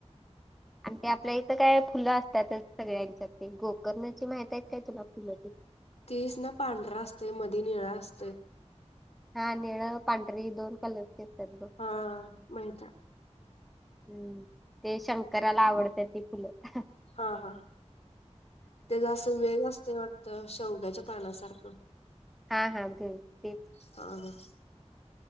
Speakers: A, in the centre; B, on the left.
A: आणि ते आपल्या इथं काय फुलं असतातच सगळ्यांच्या ते गोकर्णची माहती आहेत काय तुला फुलंची ते?
B: तीच ना पांढरा असते मध्ये निळा असते.
A: हा निळं पांढरी दोन कलरची असतात गं.
B: हा माहिता.
A: हम्म ते शंकराला आवडतं ते फुलं.
B: हा हा तेज असं वेळ असतं वाटतं शेवगाच्या पानासारखं.
A: हा हा तेचं.
B: ह ह.